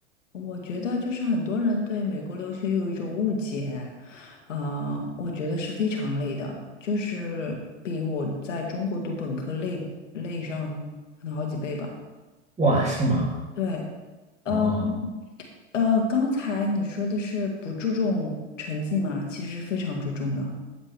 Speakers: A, on the left; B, on the right.
A: 我觉得就是很多人对美国留学有一种误解，呃，我觉得是非常累的，就是比我在中国读本科累累上可能好几倍吧。
B: 哇，是吗？
A: 对，呃
B: 哦
A: 呃，刚才你说的是不注重成绩嘛，其实是非常注重的